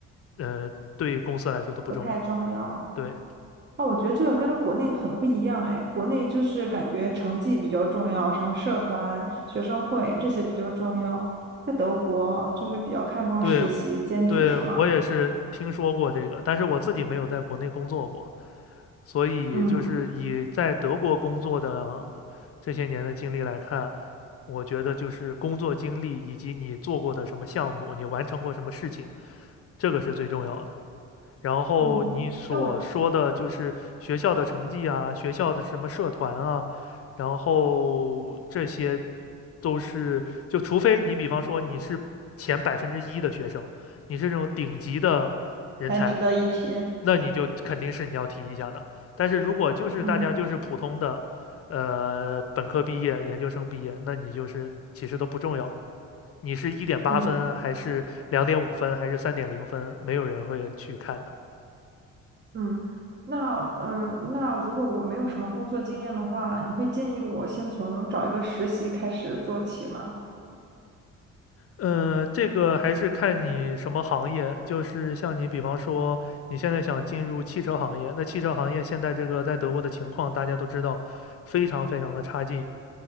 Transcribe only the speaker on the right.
不太重要。
那我觉得这个跟国内很不一样哎，国内就是感觉成绩比较重要，什么社团、学生会这些比较重要。在德国就是比较看重实习、
兼职，
是吗？
嗯，
嗯，那我
还值得一提。
嗯
嗯
嗯，那嗯、呃那如果我没有什么工作经验的话，你会建议我先从找一个实习开始做起吗？